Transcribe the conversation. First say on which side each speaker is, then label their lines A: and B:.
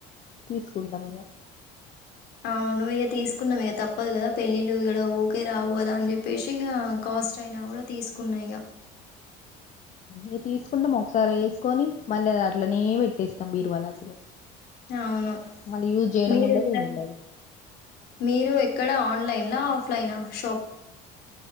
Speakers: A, on the left; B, on the left.
A: తీసుకుంటాం ఇక
B: అవును ఇక తీసుకున్నాం ఇక తప్పదు కదా పెళ్ళిళ్ళ ఇడ ఊరికే రావు కదా అని చెప్పేసి ఇక కాస్ట్ అయినా కూడా తీసుకున్నా ఇక
A: ఇక తీసుకుంటాం ఒకసారి వేసుకొని మళ్ళీ అది అట్లనే పెట్టేస్తాం బీరువాల అసలు
B: అవును
A: మళ్ళీ యూజ్ చేయడం
B: మీరు
A: ఉండదు
B: ఎట్లా
A: ఏముండదు
B: మీరు ఎక్కడ ఆన్ ఆన్లైన్ ఆఫ్లైన్ ఆ షాపింగ్